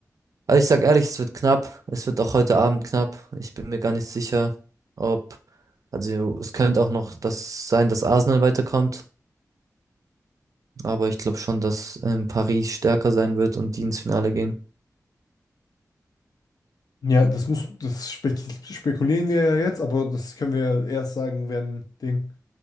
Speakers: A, on the right; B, on the left.
A: also ich sag ehrlich, es wird knapp, es wird auch heute Abend knapp. Ich bin mir gar nicht sicher, ob, also es könnte auch noch das sein, dass Arsenal weiterkommt. Aber ich glaube schon, dass ähm, Paris stärker sein wird und die ins Finale gehen.
B: Ja, das muss, das spe spekulieren wir ja jetzt, aber das können wir ja erst sagen, wenn Ding,